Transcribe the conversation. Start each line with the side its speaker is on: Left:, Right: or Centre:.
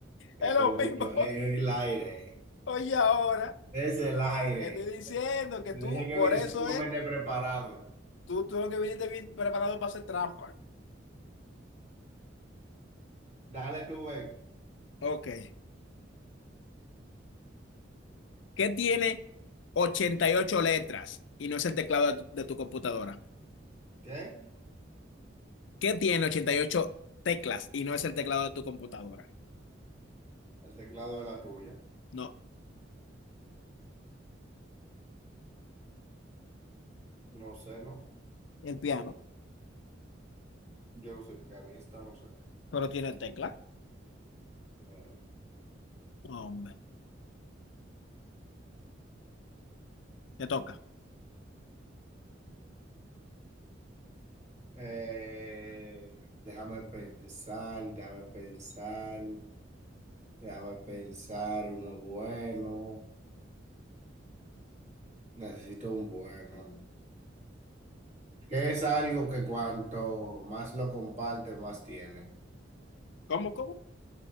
Right: Es
Left: es
Right: como
Left: lo mismo.
Right: yo- es el aire.
Left: Oye, ahora,
Right: Es el aire.
Left: te estoy diciendo que
Right: Le
Left: tú,
Right: dije que
Left: por
Right: vine
Left: eso
Right: sumamente
Left: es,
Right: preparado.
Left: tú, tú lo que viniste bien preparado para hacer trampa.
Right: Dale tú, ve.
Left: Ok. ¿Qué tiene 88 letras y no es el teclado de tu, de tu computadora?
Right: ¿Qué?
Left: ¿Qué tiene 88 teclas y no es el teclado de tu computadora?
Right: El teclado de la tuya.
Left: No,
Right: No sé, ¿no?
Left: el piano,
Right: Yo no soy pianista, no sé.
Left: pero tiene tecla.
Right: Bueno.
Left: No, Hombre. Te toca.
Right: Eh, déjame pensar, déjame pensar, déjame pensar uno bueno. Necesito un bueno. ¿Qué es algo que cuanto más lo comparte, más tiene?
Left: ¿Cómo, cómo?